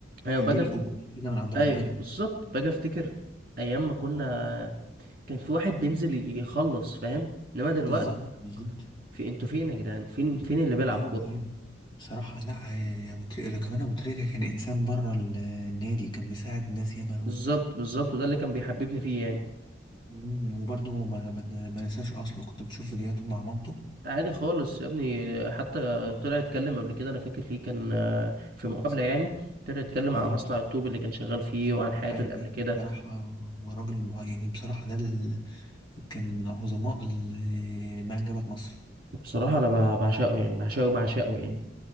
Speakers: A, on the right; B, on the left.
A: ايوه
B: عليه
A: باجي
B: القبول
A: أفت...
B: كده من عند ربنا
A: ايوه بالظبط باجي افتكر ايام ما كنا كان في واحد بينزل يخلص فاهم انما دلوقتي
B: بالظبط بالظبط
A: في انتوا فين يا جدعان فين فين اللي بيلعب
B: ايوه
A: كوره
B: ايوه بصراحه لا آه، أبو تريكة- ده كمان ابو تريكه كان انسان بره ال- النادي كان بيساعد ناس ياما قوي
A: بالظبط بالظبط وده اللي كان بيحببني فيه يعني
B: مم، وبرضه ما ما ما نساش اصله كنت بتشوف فيديوهاته مع مامته
A: عادي خالص يا ابني حتى
B: آه،
A: طلع اتكلم قبل كده انا فاكر ليه كان آه، في
B: بالظبط.
A: مقابله يعني طلع اتكلم
B: بالظبط
A: على مصنع الطوب اللي كان شغال فيه وعن حياته
B: ايوه
A: اللي قبل
B: أيوة.
A: كده
B: بصراحه هو راجل مع- يعني بصراحه ده ال... كان من عظماء ال- ما انجبت مصر
A: بصراحه انا بع- بعشقه يعني بعشقه بعشقه يعني
B: مم.